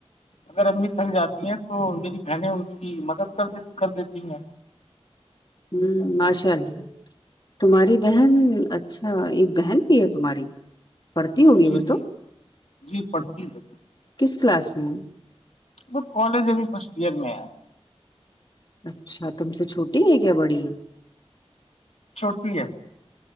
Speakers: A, on the left; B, on the left.
A: اگر امی تھک جاتی ہیں تو میری بہنیں ان کی مدد کر کر دیتی ہیں
B: ہوں مشاء تمہاری بہن اچھا ایک بہن بھی ہے تمہاری پڑھتی ہوگی
A: جی
B: وہ تو
A: جی جی پڑھتی ہے
B: کس کلاس میں ہوں
A: ب کالج ابھی فرسٹ ایئر میں ہے
B: اچھا تم سے چھوٹی ہے کیا بڑی ہے
A: چھوٹنی ہے